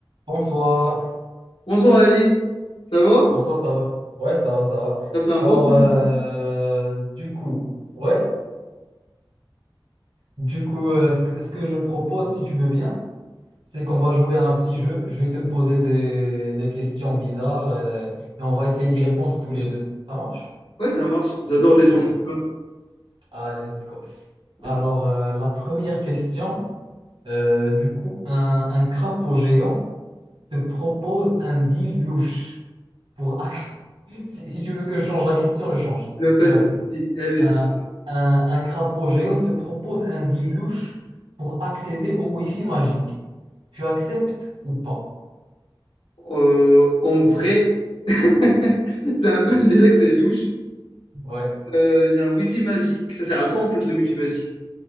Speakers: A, on the right; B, on the left.
A: Bonsoir,
B: Bonsoir Ali, ça va?
A: bonsoir, ça va? Ouais, ça va, ça va.
B: Ça fait un
A: Alors,
B: bon moment?
A: euh, du coup, ouais, du coup, euh, ce que, ce que je propose, si tu veux bien, c'est qu'on va jouer à un petit jeu. Je vais te poser des, des questions bizarres euh, et on va essayer d'y répondre tous les deux. Ça marche?
B: Ouais, ça marche. J'adore les jeux
A: Ok,
B: en tout cas.
A: allez, let's go. Alors,
B: Il
A: euh, la première question, euh, du coup, un, un crapaud géant te propose un deal louche pour... <laughs> Si, si tu veux que je change la question, je change.
B: n'y a pas
A: Je
B: de
A: répète.
B: souci. Eh, les
A: Un,
B: jeux,
A: un, un crapaud géant te propose un deal louche pour accéder au Wi-Fi magique. Tu acceptes ou pas?
B: euh, en vrai, <laughs> c'est un peu <laughs> déjà que c'est louche.
A: Ouais.
B: Euh, j'ai un Wi-Fi magique. Ça sert à quoi en fait le Wi-Fi magique?